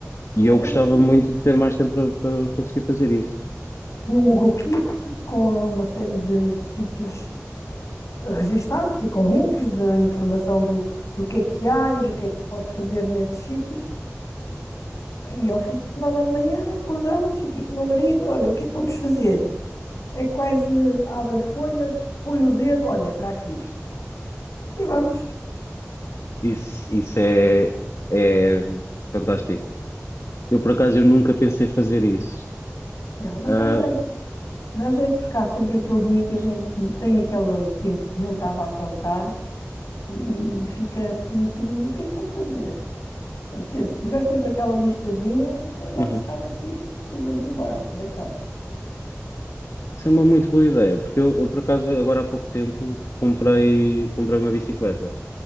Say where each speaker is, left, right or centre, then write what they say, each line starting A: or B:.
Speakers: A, on the left; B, on the left.
A: E eu
B: Ah,
A: gostava
B: tenho,
A: muito de ter mais tempo para, para conseguir fazer isso.
B: tenho um Google Keep com uma série de sítios registados e com links de informação do, do que é que há e do que é que se pode fazer nesses sítios. E ao fim de semana de manhã acordamos aqui com o meu marido, olha, o que é que vamos fazer? É quase abre a folha, põe o dedo, olha, para aqui. E vamos.
A: Isso, isso é, é fantástico. Eu, por acaso, eu nunca pensei fazer isso.
B: Ah, mas
A: Ah,
B: dá jeito. Dá jeito porque há sempre aquele dia em que a gente tem aquele tempo que não estava a contar e, e fica assim um bocadinho, o que é que vou fazer? E Se tiver sempre aquela listazinha, é só ir lá
A: uhum.
B: buscar um sítio e vamos embora aproveitar.
A: Isso é uma muito boa ideia, porque eu, eu, por acaso agora há pouco tempo comprei, comprei uma bicicleta.